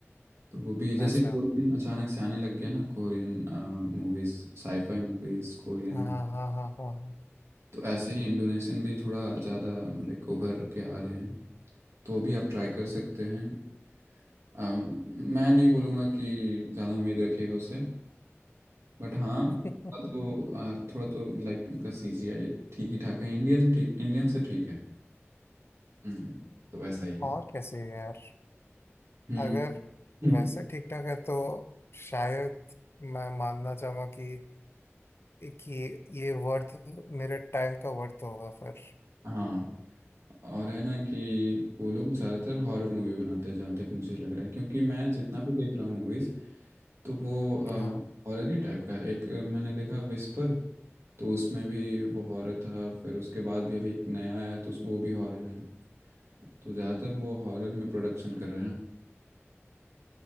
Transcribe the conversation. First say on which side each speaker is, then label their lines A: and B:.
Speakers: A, on the right (about 65°); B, on the left (about 55°).
A: तो वो भी है जैसे
B: अच्छा
A: कोरियन अचानक से आने लग गया ना Korean movies sci-fi movies Korean
B: हाँ
A: हो
B: हाँ हाँ हाँ
A: तो ऐसे ही इंडोनेशियन भी थोड़ा ज़्यादा लाइक उभर के आ रहे हैं तो वो भी आप ट्राई कर सकते हैं अ, मैं नहीं बोलूँगा कि ज़्यादा उम्मीद रखिएगा उससे बट हाँ
B: <laughs>
A: तो अ, थोड़ा तो लाइक उनका सीजीआई ठीक ही ठाक है इंडियन ठीक इंडियन से ठीक है हम्म, तो वैसा ही है
B: और कैसे है यार
A: हम्म
B: अगर वैसे
A: <laughs>
B: ठीक ठाक है तो शायद मैं मानना चाहूंगा कि कि ये वर्थ मेरे टाइम का वर्थ होगा फिर
A: हाँ और है ना कि वो लोग ज़्यादातर हॉरर मूवी बनाते हैं जहाँ तक मुझे लग रहा है क्योंकि मैं जितना भी देख रहा हूँ मूवीज़ तो वो
B: हाँ
A: हॉरर ही टाइप का है एक अ, मैंने देखा विस्पर तो उसमें भी वो हॉरर था फिर उसके बाद भी अभी एक नया आया है तो उस- वो भी हॉरर है तो ज़्यादातर वो हॉरर में प्रोडक्शन कर रहे हैं